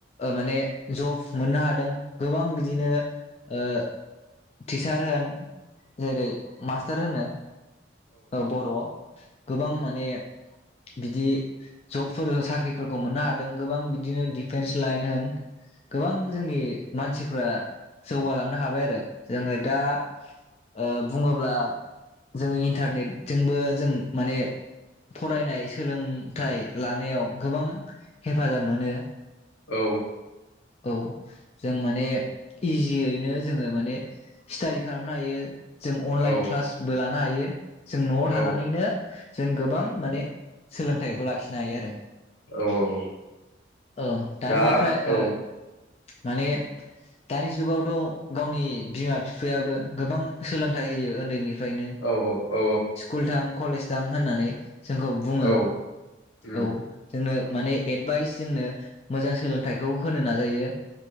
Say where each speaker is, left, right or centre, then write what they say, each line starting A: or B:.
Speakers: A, on the left (about 35°); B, on the left (about 85°).
A: ओ माने जब मोननो हादों। गोबां बिदिनो ओ टिचार होन जेरै मास्टर होनो ओ बर'आव गोबां‌ माने बिदि जबफोर साख्रिफोरखौ मोननो हादों गोबां बिदिनो डिपेन्स लाइन होन गोबां जोंनि मानसि फोरा जौगालांनो हाबाय आरो जोङो दा ओ बुङोब्ला जोङो इन्टारनेटजोंबो जों माने फरायनाय सोलोंथाय लानायाव हेफाजाब मोनो।
B: औ
A: औ जों माने इजियैनो जोङो माने स्टाडि खालामनो हायो। जों अनलाइन
B: औ
A: क्लासबो ला आइयो जों न'आव
B: औ
A: थानानैनो जों गोबां माने सोलोंथाइखौ लाखिनो हायो आरो
B: औ औ औ
A: ओं दानिफ्राय
B: दा
A: ओ
B: औ
A: माने दानि जुगावथ' गावनि बिमा बिफायाबो गोबां सोलोंथाइ होयो उन्दै नि फ्रायनो
B: औ औ
A: स्कुल थां कलेज दां होन्नानै जोंखौ बुङो
B: औ उम
A: औ जोंनो माने एडभाइस जोंनो मोजां सोलोंथाइखौ होनो नाजायो